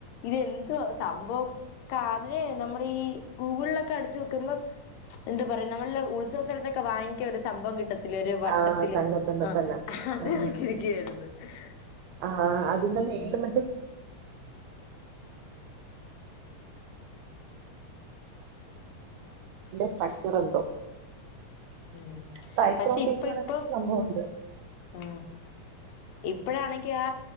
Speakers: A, on the left; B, on the right.
A: ഇത് എന്തുവാ സംഭവം കാതിൽ നമ്മൾീഈ ഗൂഗിളിലൊക്കെ അടച്ച്ു നോക്കുമ്പോം എന്താ പറയാ നമ്മളുടെ ഉത്സവസ്ഥഥലത്തൊക്കെ വാങ്ങിക്കിയ ഒരു സംഭവം കിട്ടുന്ന വട്ടത്തില് ഒരു വട്ടത്തില്
B: ആ തന്നെ തന്നെ
A: ആ
B: തന്നെ
A: അത്
B: ആ
A: മതി <unintelligible>
B: <unintelligible> <unintelligible> അതാണ് അതിന്റെ
A: ഉം
B: സ്ട്രക്ചർ എന്തോ
A: ഉം
B: സൈപ്രോട്ടീൻന്ന്
A: പക്ഷെ ഇപ്പ
B: പറന്ത
A: ഇപ്പം
B: ഒരു സംഭവുണ്ട്
A: ആഹ് ഇപ്പഴാണെങ്കി ആ